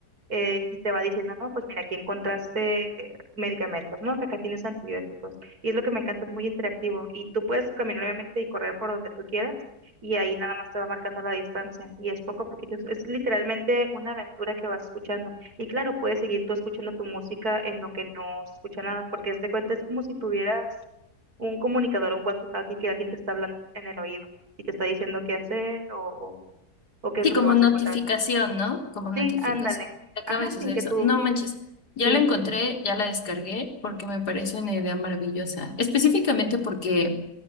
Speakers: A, on the right; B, on the left.
A: eh, y te va diciendo, no, pues mira, aquí encontraste medicamentos, ¿no? Que acá tienes antibióticos. Y es lo que me encanta, es muy interactivo. Y tú puedes caminar obviamente y correr por donde tú quieras y ahí nada más te va marcando la distancia. Y es poco a poquito, es, es literalmente una aventura que vas escuchando. Y claro, puedes seguir tú escuchando tu música en lo que no se escucha nada, porque es de cuenta, es como si tuvieras un comunicador, un walkie-talkie que alguien te está hablando en el oído y te está diciendo qué hacer o, o o qué es
B: Sí,
A: lo
B: como
A: que vas
B: notificación,
A: a encontrar.
B: ¿no? Como notificación.
A: Sí, ándale.
B: Acaba
A: Ajá,
B: de suceder
A: sin que
B: eso.
A: tú,
B: No manches. Ya
A: sí,
B: la encontré, ya la descargué porque me parece una idea maravillosa. Específicamente porque